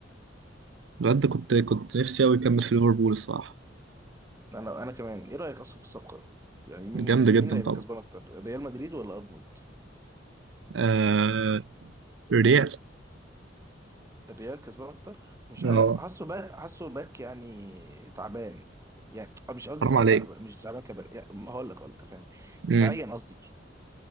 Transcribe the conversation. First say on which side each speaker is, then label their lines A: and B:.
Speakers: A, on the right (about 75°); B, on the right (about 15°).
A: الواد ده كنت كنت نفسي قوي يكمل في ليفربول الصراحة
B: انا انا كمان ايه رايك اصلا في الصفقه يعني مين
A: جامدة جدا
B: مين اللي هيبقى
A: طبعا
B: كسبان اكتر ريال مدريد ولا ارنولد
A: آه... ريال
B: الريال كسبان اكتر مش
A: اه
B: عارف حاسه باك حاسه باك يعني تعبان يعني آه، مش قصدي
A: حرام
B: كتعب
A: عليك
B: مش تعبان كبل يعني هقول لك هقول لك افهمك دفاعيا
A: امم
B: قصدي